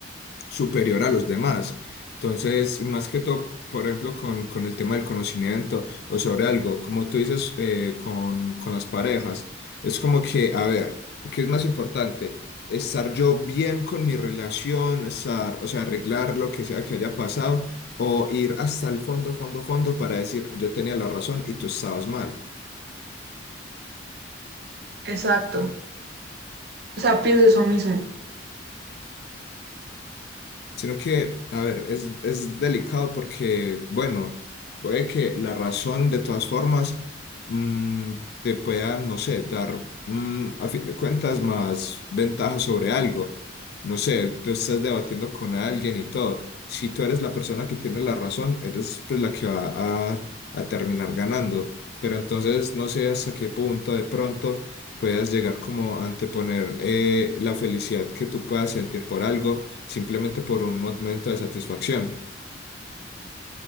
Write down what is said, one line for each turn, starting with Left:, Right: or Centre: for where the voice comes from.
Left: superior a los demás. Entonces, más que todo, por ejemplo, con, con el tema del conocimiento o sobre algo, como tú dices, eh, con, con las parejas, es como que, a ver, ¿qué es más importante? Estar yo bien con mi relación, estar, o sea, arreglar lo que sea que haya pasado o ir hasta el fondo, fondo, fondo para decir, yo tenía la razón y tú estabas mal.
Right: Exacto. O sea, pienso eso mismo.
Left: Sino que, a ver, es, es delicado porque, bueno, puede que la razón de todas formas mm, te pueda, no sé, dar mm, a fin de cuentas más ventajas sobre algo. No sé, tú estás debatiendo con alguien y todo. Si tú eres la persona que tiene la razón, eres pues, la que va a, a terminar ganando. Pero entonces no sé hasta qué punto de pronto puedas llegar como a anteponer eh, la felicidad que tú puedas sentir por algo simplemente por un momento de satisfacción.